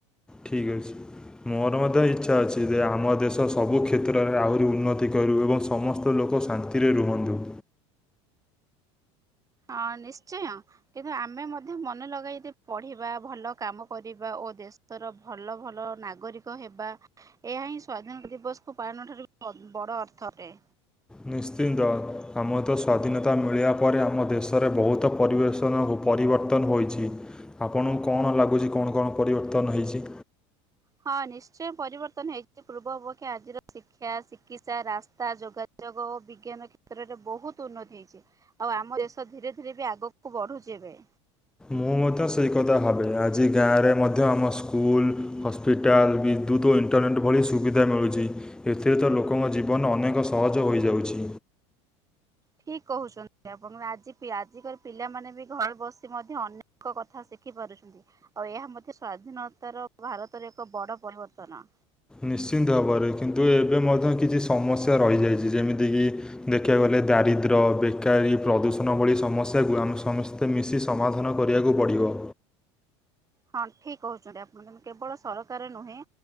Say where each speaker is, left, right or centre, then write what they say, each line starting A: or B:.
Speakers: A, in the centre; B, on the right (about 20°).
A: ଠିକ୍
B: ଆଚ୍ଛା।
A: ଅଛି। ମୋର ମଧ୍ୟ ଇଚ୍ଛା ଅଛି ଯେ ଆମ ଦେଶ ସବୁ କ୍ଷେତ୍ରରେ ଆହୁରି ଉନ୍ନତି କରିବୁ ଏବଂ ସମସ୍ତେ ତ ଲୋକ ଶାନ୍ତିରେ ରୁହନ୍ତୁ।
B: ହଁ ନିଶ୍ଚୟ କିନ୍ତୁ ଆମେ ମ ଧ୍ୟ ମନେ ଲଗାଇ ପଢ଼ିବା, ଭଲ କାମ କରିବା ଓ ଦେଶର ଭଲ ଭଲ ନାଗରି କ ହେବା ଏହା ହିଁ ସ୍ଵାଧୀନତା ଦିବସକୁ ପାଳନ ଠାରୁ ବଡ ଅର୍ଥ ଅଟେ।
A: ନିଶ୍ଚିନ୍ତ ଆମ ତ ସ୍ୱାଧୀନତା ମିଳିବା ପରେ ଆମ ଦେଶରେ ବହୁତ ପରିବେଷଣ ପରିବର୍ତ୍ତନ ହୋଇଛି। ଆପଣଙ୍କୁ କଣ ଲାଗୁଛି କଣ -କଣ ପରିବର୍ତ୍ତନ ହେଇଛି?
B: ହଁ, ନିଶ୍ଚୟ ପରିବର୍ତ୍ତନ ହେଇଛି। ପୂର୍ବ ଅପକ୍ଷେ ଆଜିର ଶିକ୍ଷା, ଚିକିତ୍ସା, ରାସ୍ତା ଯୋଗାଯୋଗ ଓ ବିଜ୍ଞାନ କ୍ଷେତ୍ରରେ ବହୁତ ଉନ୍ନତି ହେଇଛି। ଆଉ ଆମ ଦେଶ ଧୀରେ ଧୀରେ ବି ଆଗକୁ ବଢ଼ୁଛି ଏବେ।
A: ମୁଁ ମଧ୍ୟ ସେଇ କଥା ଭାବେ। ଆଜି ଗାଁରେ ମଧ୍ୟ ଆମ ସ୍କୁଲ ସ୍ତେ ବିଦ୍ୟୁତ୍ ଓ ଇଣ୍ଟରନେଟ୍ ଭଳି ସୁବିଧା ମିଳୁଛି। ଏଥିରେ ତ ଲୋକଙ୍କ ଜୀବନ ଅନେକ ସହଜ ହୋଇଯାଉଛି।
B: ଠିକ କହୁଛନ୍ତି ଆପଣ। ଆଜି ଆଜିିକର ପିଲାମାନେ ବି ଘରେ ବସି ମଧ୍ୟ ଅନେକ କଥା ଶିଖି ପାରୁଛନ୍ତି। ଆଉ ଏହା ମଧ୍ୟ ସ୍ଵାଧୀନତାର ଭାରତରେ ଏକ ବଡ଼ ପରିବର୍ତ୍ତନ।
A: ନିଶ୍ଚିନ୍ତ ଭାବରେ କିନ୍ତୁ ଏବେ ମଧ୍ୟ କିଛି ସମସ୍ୟା ରହିଯାଇଛି। ଯେମିତିକି ଦେଖିବାକୁ ଗଲେ ଦାରିଦ୍ର୍ୟ ବେକାରୀ ପ୍ରଦୂଷଣ ଭଳି ସମସ୍ୟାକୁ ଆମେ ସମ ମୋତେ ମିଶି ସମାଧାନ କରିବାକୁ ପଡ଼ିବ।
B: ହଁ ଠିକ କହୁଛନ୍ତି ଆପଣ କେବଳ ସରକାର ନୁହେଁ